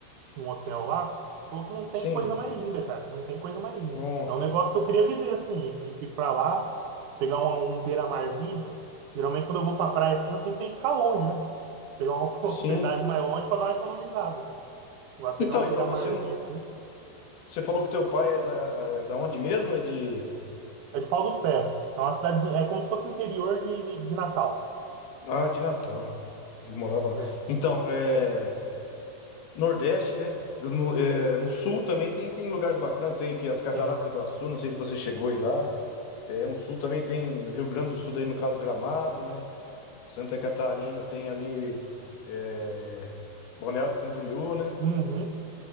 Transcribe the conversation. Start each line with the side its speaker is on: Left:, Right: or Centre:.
Right: um hotel lá, falou que não tem
Left: Sim.
Right: coisa mais linda, cara. Não tem coisa mais linda.
Left: Nossa.
Right: É um negócio que eu queria viver, assim, ir ir pra lá, pegar um, um beira-marzinho. Geralmente, quando eu vou pra praia assim, eu sempre tenho que ficar longe, né? Pegar uma <laughs>
Left: Sim.
Right: hospedagem mais longe pra dar uma economizada. Agora, pegar
Left: Então,
Right: um
Left: e
Right: beira-marzinho
Left: pra você,
Right: assim,
Left: você falou que teu pai é da, é da onde mesmo? É de.
Right: é de Pau dos Ferros. É uma cidadezinha, é como se fosse interior de, de, de Natal.
Left: Ah, de Natal. Ele morava lá.
Right: É,
Left: Então, é, Nordeste, né? Do- No, é, no Sul também tem, tem lugares bacanas. Tem aqui as Cataratas
Right: tem.
Left: do Iguaçu, não sei se você chegou aí lá. É, no Sul também tem Rio Grande do Sul, daí no caso Gramado, né? Santa Catarina tem ali é, Balneário Camboriú, né?
Right: Uhum.